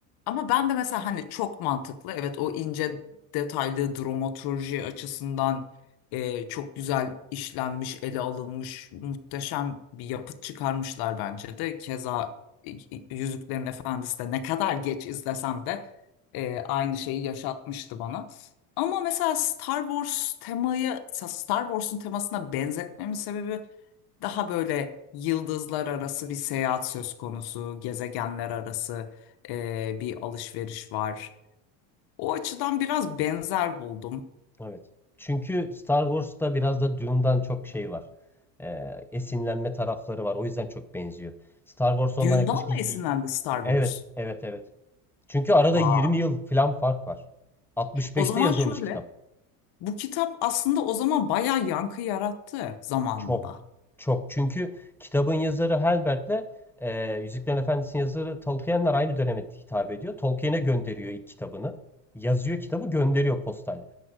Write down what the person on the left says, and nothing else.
Ama ben de mesela hani çok mantıklı. Evet o ince detaylı dramaturji açısından e, çok güzel işlenmiş, ele alınmış, muhteşem bir yapıt çıkarmışlar bence de. Keza e, Yüzüklerin Efendisi de ne kadar geç izlesem de e, aynı şeyi yaşatmıştı bana. Ama mesela Star Wars temayı, Star Wars'un temasına benzetmemin sebebi daha böyle yıldızlar arası bir seyahat söz konusu, gezegenler arası e, bir alışveriş var. O açıdan biraz benzer buldum.
Dune'dan
mı esinlendi Star
Wars?
Vay.
O zaman
şöyle,
bu kitap aslında o zaman bayağı yankı yarattı zamanında.